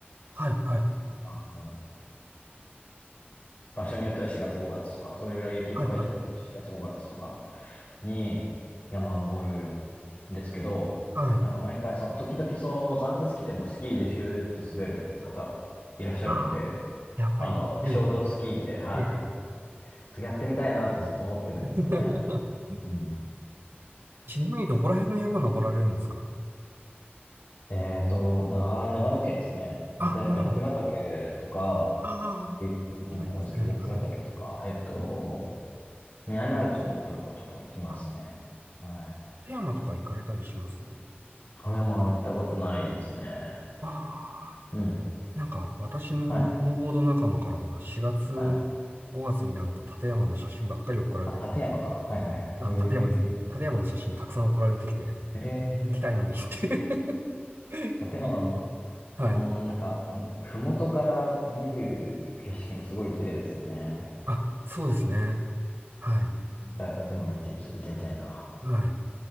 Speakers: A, on the right; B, on the left.
A: はい。はい。
B: あの、場所によっては4月5月とか、それぐらい雪深いところ、
A: はい。はい。
B: 4月5月とかに山登るんですけど、
A: はい。
B: なんか毎回その、時々その残雪機でもスキーでシューって滑る方いらっしゃるんで、
A: ああ、やっぱりいるんですね。
B: あの、ショートスキーで、はい。
A: ええ。
B: それやってみたいなってずっと思ってるんですよね。
A: <laughs>
B: うん。
A: ちなみにどこら辺の山登られるんですか
B: えっと、長、長野県ですね。大体八ヶ岳とか、
A: あ、長野。あ
B: 有有名なところですけど、
A: あ、有名ですね。はい。
B: 八ヶ岳とか、えっと、南アルプスもちょこちょこ行きますね。
A: あ、
B: はい。
A: 富山とか行かれたりします
B: 富山は行ったことないですね。
A: ああ、
B: うん。
A: なんか私のスノーボード仲間からは4月、
B: はい。はい。
A: 5月になると立山の写真ばっかり送られてきて、
B: あ、立山か。はいはいはい。
A: あ、
B: へえ。
A: 立山ですね。立山の写真たくさん送られてきて、
B: へえ。
A: 行きたいのにって <laughs>
B: 立山の、
A: 言った
B: あの、
A: <laughs> はい。
B: なんか、ん麓から見る景色もすごい綺麗ですよね。
A: あ、そうですね。はい。
B: じゃ立山見て、行ってみたいな。
A: はい。